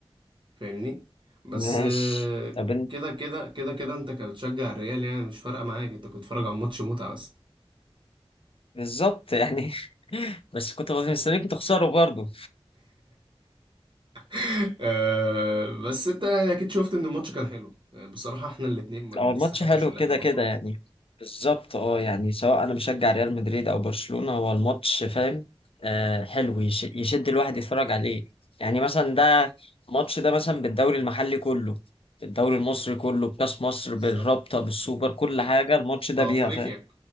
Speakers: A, on the right (about 55°); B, on the left (about 65°).
A: فاهمني بس
B: ماشي
A: آه،
B: طب إن-
A: كده كده كده كده انت كنت بتشجع الريال يعني مش فارقه معاك انت كنت بتتفرج على ماتش متعه بس
B: بالظبط يعني <laughs> بس كنت مستنيكم تخسروا برضه
A: <laughs> آه، بس انت يعني اكيد شفت ان الماتش كان حلو آه، بصراحه احنا الاتنين ما نستحقش
B: هو الماتش حلو
A: اللي
B: كده
A: احنا نخرج
B: كده يعني بالظبط اه يعني سواء انا مشجع ريال مدريد او برشلونة هو الماتش فاهم آه حلو يش- يشد الواحد يتفرج عليه يعني مثلا ده الماتش ده مثلا بالدوري المحلي كله بالدوري المصري كله بكاس مصر
A: بالظبط
B: بالرابطة بالسوبر كل حاجة الماتش
A: <laughs>
B: ده
A: بافريقيا
B: بيها فاهم